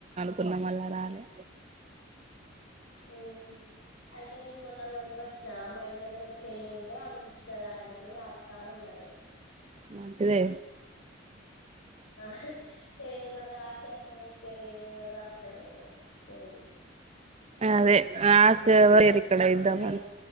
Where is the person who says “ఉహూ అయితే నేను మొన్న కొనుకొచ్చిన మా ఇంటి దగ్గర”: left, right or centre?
Left